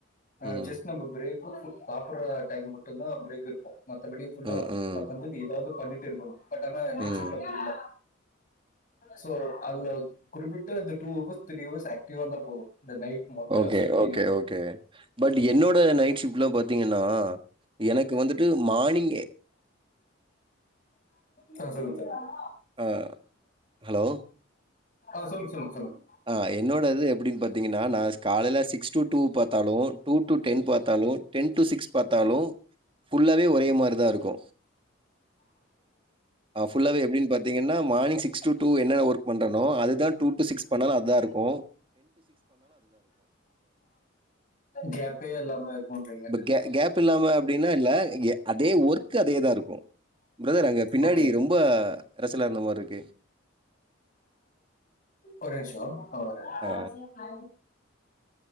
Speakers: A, on the left; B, on the right.
A: ஹ
B: ம்,
A: ஜஸ்ட் நம்ம பிரேக்கு சாப்பிட்ற டைம் மட்டுந்தா பிரேக் இருக்கு மத்தபடி ஃபுல்லா
B: ம், ம்,
A: அத்த வந்துட்டு எதாவது பண்ணிட்டு இருக்கணு பட் ஆனா நைட்
B: ம்.
A: ஷிப்ட்ல அப்டி இல்ல சோ அதுல குறிப்பிட்ட இந்த டூ ஹவர்ஸ் த்ரீ ஹவர்ஸ் ஆக்டிவா இருந்தா போது இந்த நைட் மொத்த
B: ஓகே
A: ஷிப்ட்லயு
B: ஓகே ஓகே பட் என்னோட நைட் ஷிப்ட்லா பாத்தீங்கனா எனக்கு வந்துட்டு மார்னிங்கே
A: சார் சொல்லுங்க சார்
B: அ ஹலோ?
A: ஆ சொல்லுங் சொல்லுங் சொல்லுங்க
B: ஆ என்னோட இது எப்படினு பாத் தீங்கன்னா நா காலைல சிக்ஸ் டு டூ பாத்தாலு டூ டு டென் பாத்தாலு டென் டு சிக்ஸ் பாத்தாலு ஃபுல்லாவே ஒரே மாரிதா இருக்கு ஆ ஃபுல்லாவே எப்டின்னு பாத்தீங்கன்னா மார்னிங் சிக்ஸ் டு டூ என்ன ஒர்க் பண்றேனோ அதுதா டூ டு சிக்ஸ் பண்ணாலு அதா இருக்கு
A: கேப்பே இல்லாம இருக்கும்ன்றீங்க
B: இப்ப க கேப் இல்லாம அப்படின்னா இல்ல அதே ஒர்க் அதேதா இருக்கு பிரதர் அங்க பின்னாடி
A: ஓகே
B: ரொம்ப அரசலா இருந்த மாரி இருக்கு
A: ஒரே நிம்ஷோ நா வரே ஒரே
B: ஆ,